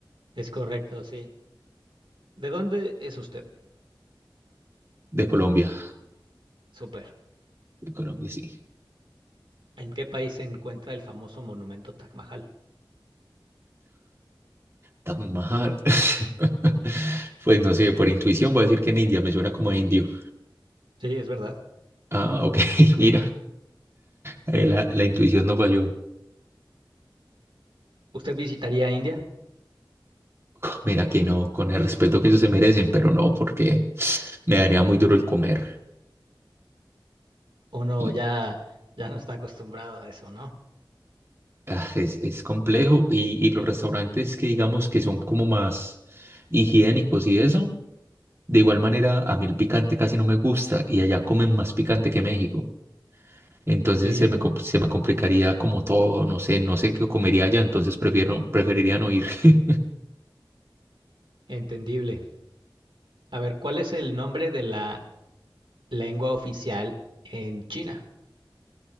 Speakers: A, on the right (about 80°); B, on the right (about 30°).
A: Es correcto, sí. ¿De dónde es usted?
B: De Colombia.
A: Súper.
B: De Colombia, sí.
A: ¿En qué país se encuentra el famoso monumento Taj Mahal?
B: Taj Mahal. <laughs> Pues no sé, por intuición voy a decir que en India me suena como a indio.
A: Sí, es verdad.
B: Ah, ok, <laughs> mira, eh, la, la intuición no falló.
A: ¿Usted visitaría India?
B: Mira que no, con el respeto que ellos se merecen, pero no, porque me daría muy duro el comer.
A: Uno
B: Y
A: ya, ya no está acostumbrado a eso, ¿no?
B: ah, es, es complejo. Y, y los restaurantes que digamos que son como más higiénicos y eso, de igual manera a mí el picante casi no me gusta y allá comen más picante que México. Entonces
A: Sí,
B: se me, com- se me complicaría como todo, no sé, no sé qué comería allá, entonces prefiero, preferiría no ir. <laughs>
A: entendible. A ver, ¿cuál es el nombre de la lengua oficial en China?